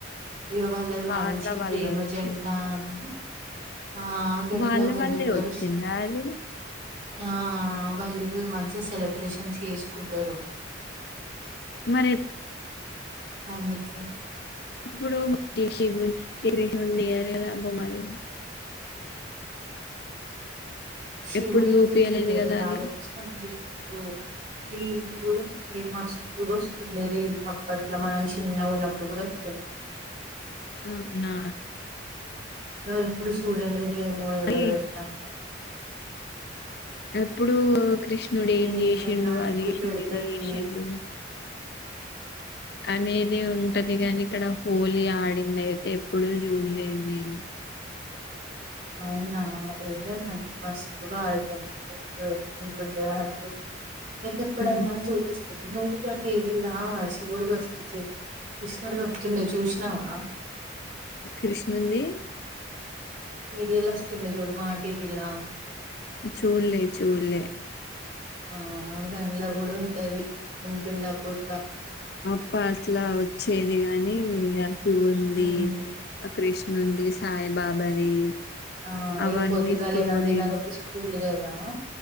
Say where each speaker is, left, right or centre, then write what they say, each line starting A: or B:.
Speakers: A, on the right; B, on the left.
A: ఇక వాళ్ళది
B: వాళ్ళ
A: మంచి
B: వల్ల
A: ప్రేమ
B: వచ్చింది.
A: జంట అని ఆ గట్ల
B: వాళ్ళ
A: వాళ్ళూ
B: వల్లే
A: తరు
B: వచ్చిందా అది?
A: ఆ వాళ్ళ ఇగా మంచిగా సెలబ్ ప్రసించి చేసుకుంటారు.
B: మరి
A: అందుకే
B: ఇప్పుడు <unintelligible> ఏయర్గా బొమ్మలు
A: శివుడి
B: ఎప్పుడు చూపియలేదు
A: ఎందుకు చేయారే
B: కదా
A: రాధాకృష్ణ
B: అది
A: దీస్ ఓ బిమ్స్ కూడా ఫెమస్ తెగ వస్తున్నయి. రీల్స్ అప్పట్ల మనం చిన్నగా ఉన్నప్పుడు కూడా వస్తున్నయి.
B: స నా
A: ఆ ఎప్పుడు చూడాలే ఏమో ఎవరు
B: అది
A: వెట్టాంగా
B: ఎప్పుడు కృష్ణ కృష్ణుడు ఏం
A: నేను ఎప్పుడన్నా
B: చేసిండు
A: నీకు
B: అది చేసిండు
A: పెడతా
B: ఇది చేసిండు.
A: తీ
B: అనేది ఉంటది. గాని ఇక్కడ హోలీ ఆడిన్నా అయితే ఎప్పుడూ చూడలేదు. నేను
A: అవునా ఏ మ మాస్తుగా <unintelligible> నీకు ఎప్పుడన్న
B: ఆ,
A: మా చూపిస్త <unintelligible> ఇ టీవీలా శివుడికి వస్తు కృష్ణుడికి వస్తుంది. చూసినావా
B: కృష్ణుంది.
A: సీరియల్ వస్తుండే చూడు మా టివి లా
B: చూల్లే చూల్లే
A: ఆ దండ్లో కూడా ఉంటది. ఉంటుండప్పట్లా
B: అప్పట్లా వచ్చేది గాని ఆ శివుంది.
A: ఉమ్
B: కృష్ణుంది. సాయిబాబాది
A: ఆ
B: అవన్నీ
A: ఇగా పొద్దుగాల
B: స్టోరీలు
A: ఎనందిన్నరకి స్కూల్ గాదా ఆ